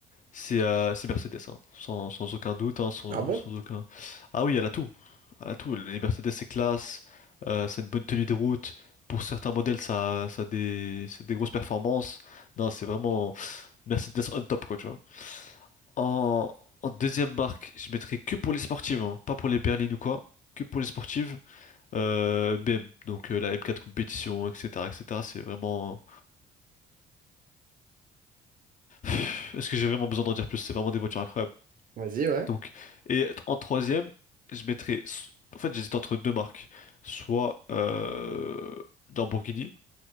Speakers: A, on the left; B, on the right.
A: C'est euh, c'est Mercedes, hein. Sans, sans aucun doute, hein, sans,
B: Ah bon?
A: sans aucun. Ah oui, elle a tout. Elle a tout. Les Mercedes, c'est classe, euh, c'est une bonne tenue de route. Pour certains modèles, ça, ça a des, c'est des grosses performances. Non, c'est vraiment Mercedes on top, quoi, tu vois. En, en deuxième marque, je mettrais que pour les sportives, hein, pas pour les berlines ou quoi. Que pour les sportives. Euh, BM, donc euh, la M4 compétition, etc., etc. C'est vraiment. <sighs> Est-ce que j'ai vraiment besoin d'en dire plus? C'est vraiment des voitures incroyables.
B: Vas-y, ouais.
A: Donc, et en troisième, je mettrais. s- En fait, j'hésite entre deux marques. Soit euh, Lamborghini,